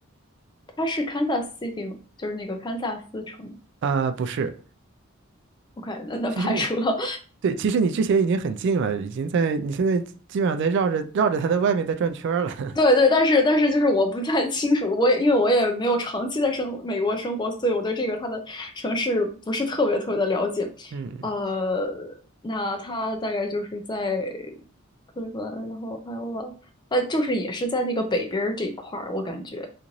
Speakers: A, on the left; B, on the right.
A: 他是堪萨斯 City 吗？就是那个堪萨斯城。
B: 啊、不是，
A: OK，那那排除了。
B: 其实你对，其实你之前已经很近了，已经在你现在基本上在绕着绕着他的外面在转圈儿了。
A: 对对，但是但是就是我不太清楚，我也因为我也没有长期在生美国生活，所以我对这个它的城市不是特别特别的了解。
B: <laughs> 嗯，
A: 呃，那它大概就是在克利夫兰，然后还有我，呃，就是也是在那个北边儿这一块儿，我感觉，